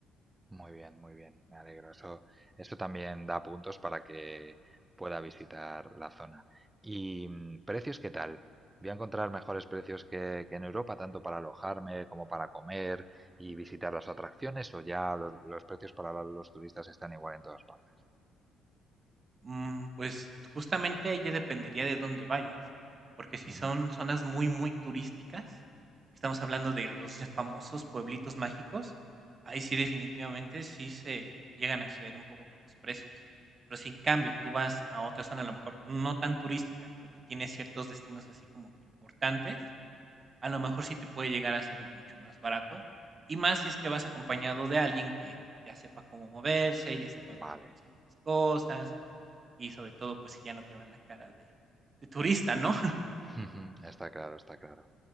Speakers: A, on the right; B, on the right.
A: Muy bien, muy bien, me alegro. Eso, eso también da puntos para que pueda visitar la zona. ¿Y mm, precios qué tal? ¿Voy a encontrar mejores precios que, que en Europa, tanto para alojarme como para comer y visitar las atracciones? ¿O ya los, los precios para los turistas están igual en todas partes?
B: Mm, pues, justamente ahí ya dependería de dónde vayas, porque si
A: Ujú.
B: son zonas muy, muy turísticas, estamos hablando de los ya famosos pueblitos mágicos, ahí sí definitivamente sí se llegan a exceder un poco con los precios. Pero si en cambio tú vas a otra zona, a lo mejor no tan turística, pero que tiene ciertos destinos así como que importantes, a lo mejor sí te puede llegar a salir mucho más barato. Y más si es que vas acompañado de alguien que ya sepa cómo moverse, ya sepa dónde
A: Vale,
B: conseguir las cosas y sobre todo, pues si ya no te van la cara de, de turista, ¿no?
A: <laughs> está claro, está claro.